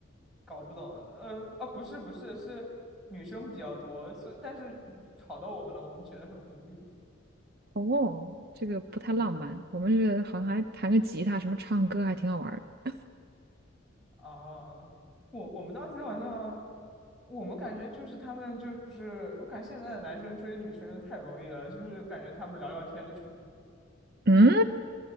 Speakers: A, in the centre; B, on the right.
A: 搞不懂，呃，啊，不是不是，是女生比较多，所以但是吵到我们了，我们觉得很无语，
B: 哦，这个不太浪漫。
A: 嗯
B: 我们是好像还弹个吉他，什么唱歌还挺好玩儿的
A: 啊，我我们当时好像，我们感觉就是他们就是，我感觉现在的男生追女生太容易了，就是感觉他们聊聊天就成了，
B: 嗯，